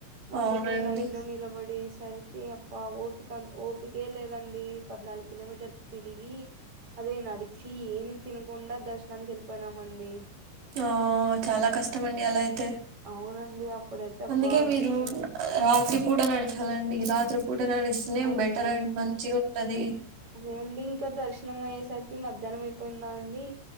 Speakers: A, on the right; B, on the right.
A: మాకైతే
B: అవునండి
A: లైన్ లో నిలబడి సరికి అబ్బా ఓపిక ఓపికే లేదండి పద్నాలుగు కిలోమీటర్లు తిరిగి అదే నడిచి ఏమి తినకుండా దర్శనానికి వెళ్ళిపోయినామండి
B: ఆ చాలా కష్టమండి అలా అయితే
A: అవునండి. అప్పుడైతే
B: అందుకే
A: బా అనిపిచ్చింది.
B: మీరు రాత్రి పూట నడిచివేళ్ళండి రాత్రి పూట నడిస్తేనే
A: అదే
B: బెటర్
A: అండి
B: మంచిగా ఉంటది
A: అదే అండి ఇంకా దర్శనం అయ్యేసరికి మధ్యాహ్నం అయిపోయిందా అండి